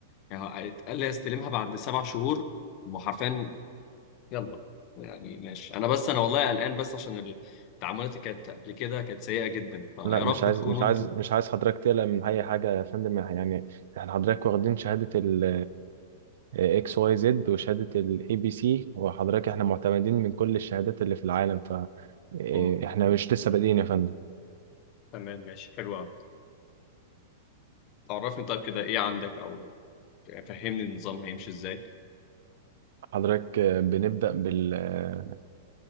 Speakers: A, on the left; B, on the right.
A: يعني اتقال لي استلمها بعد سبع شهور وحرفيا يلا يعني ماشي انا بس انا والله قلقان بس عشان التعاملات اللي كانت قبل كده كانت سيئة جدا فيا
B: لا
A: رب
B: مش عايز
A: تكونوا
B: مش عايز
A: انتوا
B: مش عايز حضرتك تقلق من اي حاجه يا فندم يعني احنا حضرتك واخدين شهاده ال اكس واي زد وشهاده الاي بي سي وحضرتك احنا معتمدين من كل الشهادات اللي في العالم ف آه،
A: مم.
B: احنا مش لسه بادئين يا فندم
A: تمام ماشي حلو قوي عرفني طيب كده ايه عندك او يعني فهمني النظام هيمشي ازاي
B: حضرتك آه، بنبدا بال آه،